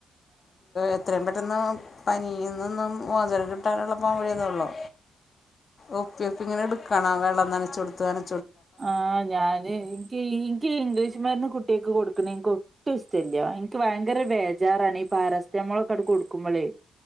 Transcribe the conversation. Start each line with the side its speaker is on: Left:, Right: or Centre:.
Left: എത്രയും പെട്ടെന്ന് പനിന്നന്നും മോചനം കിട്ടാനുള്ള പോൻവഴി അതൊള്ളൂ ഒപ്പി ഒപ്പി ഇങ്ങനെടുക്കണം വെള്ളം നനച്ചു കൊടുക്കാന്
Right: ആഹ് ഞാന് എനിക്ക് എനിക്ക് ഇംഗ്ലീഷ് മരുന്ന് കുട്ടികൾക്ക് കൊടുക്കണെ എനിക്ക് ഒട്ടും ഇഷ്ടല്ല എനിക്ക് ഭയങ്കര ബേജാറാണ് ഈ പാരസെറ്റാമോൾ ഒക്കെ കൊടുക്കുമ്പോളേ